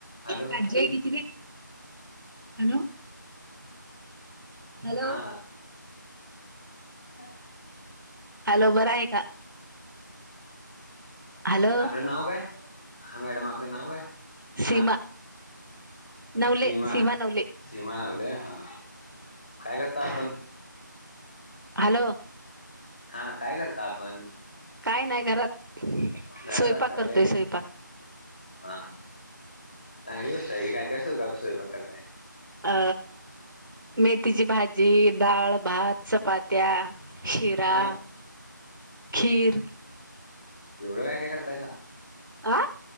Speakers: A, on the left; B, on the right.
A: Hello
B: काजी आहे किती ते हॅलो हॅलो
A: हा ह
B: हॅलो बरं आहे का हॅलो
A: आपलं नाव काय हा मॅडम आपलं नाव काय हा
B: सीमा नवले
A: सीमा
B: नवले
A: सीमा नावले हा काय करता आपण
B: हॅलो
A: हा काय करता आपण
B: काही नाही घरात
A: घरात
B: स्वयंपाक
A: असतय
B: करतोय स्वयंपाक
A: हा हा चांगली गोष्ट आहे की काय काय स्वैपाक करताय
B: अ मेथीची भाजी डाळ भात चपात्या शिरा
A: हा
B: खीर
A: एवढं काय काय करताय सां
B: आं